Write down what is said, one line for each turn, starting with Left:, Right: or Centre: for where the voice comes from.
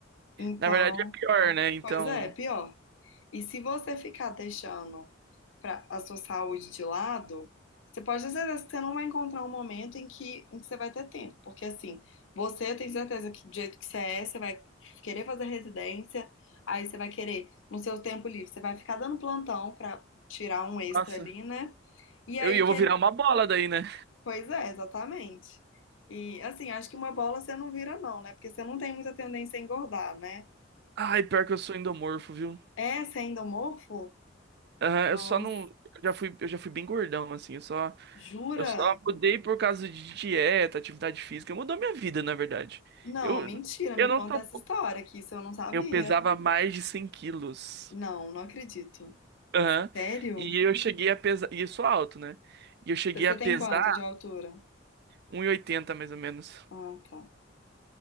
Left: Então,
Right: Na verdade é pior, né? Então.
Left: Pois é, pior. E se você ficar deixando pra, a sua saúde de lado, você pode ter certeza que você não vai encontrar um momento em que, em que você vai ter tempo. Porque, assim, você tem certeza que do jeito que você é, você vai querer fazer residência, aí você vai querer, no seu tempo livre, você vai ficar dando plantão pra tirar um extra
Right: Nossa.
Left: ali, né? E
Right: Eu,
Left: aí,
Right: e eu
Left: quer...
Right: vou virar uma bola daí, né?
Left: pois é, exatamente. E, assim, acho que uma bola você não vira, não, né? Porque você não tem muita tendência a engordar, né?
Right: Ai, pior que eu sou endomorfo, viu?
Left: É, você é endomorfo?
Right: Aham,
Left: Nossa.
Right: eu só não. Eu já fui, eu já fui bem gordão, assim. Eu só,
Left: Jura?
Right: eu só mudei por causa de dieta, atividade física. Mudou minha vida, na verdade.
Left: Não,
Right: Eu,
Left: mentira,
Right: eu
Left: me
Right: não
Left: conta
Right: sou.
Left: essa história, que isso eu não sabia.
Right: Eu pesava mais de 100 quilos.
Left: Não, não acredito.
Right: Aham.
Left: Sério?
Right: E eu cheguei a pesar. E eu sou alto, né? E eu cheguei
Left: Você
Right: a pesar
Left: tem quanto de altura?
Right: um e oitenta mais ou menos.
Left: Ah, tá.